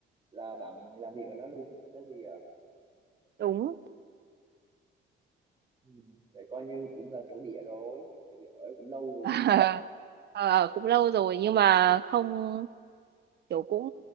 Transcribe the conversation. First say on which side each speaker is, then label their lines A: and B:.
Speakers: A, on the right; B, on the right.
A: là bạn làm việc ở đó luôn cho tới bây giờ.
B: đúng
A: Ừ. Vậy coi như cũng là thổ địa rồi, tại vì ở đó cũng lâu rồi
B: <laughs>
A: chứ gì nữa.
B: Ờ, cũng lâu rồi nhưng mà không kiểu cũng